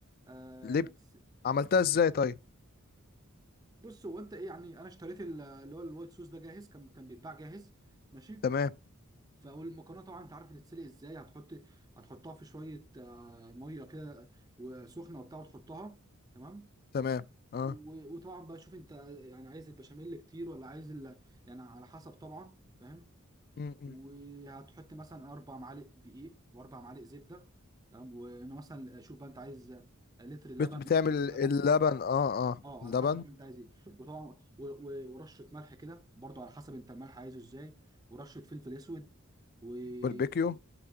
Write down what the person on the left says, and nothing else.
ليه بت-
عملتها ازاي طيب
تمام
تمام اه
مم، مم.
بت- بتعمل
اللبن اه اه
اللبن
باربيكيو